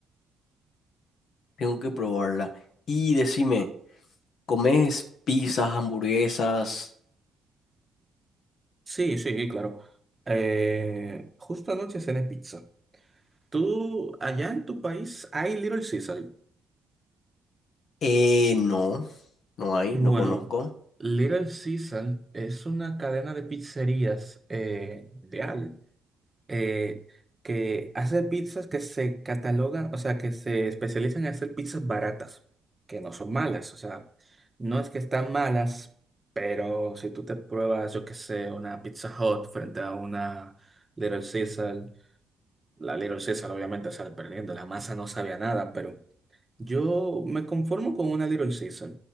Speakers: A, on the left (about 65°); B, on the right (about 20°).
A: Tengo que probarla. Y decime, ¿comes pizzas, hamburguesas?
B: Sí, sí, claro. Eh, justo anoche cené pizza. ¿Tú, allá en tu país, hay Little Caesar?
A: Eh, no, no hay,
B: Bueno,
A: no conozco.
B: Little Caesar es una cadena de pizzerías eh, mundial. eh, que hace pizzas que se catalogan, o sea, que se especializan en hacer pizzas baratas, que no son malas, o sea, no es que están malas, pero si tú te pruebas, yo qué sé, una Pizza Hut frente a una Little Caesar, la Little Caesar obviamente sale perdiendo, la masa no sabía nada, pero yo me conformo con una Little Caesar,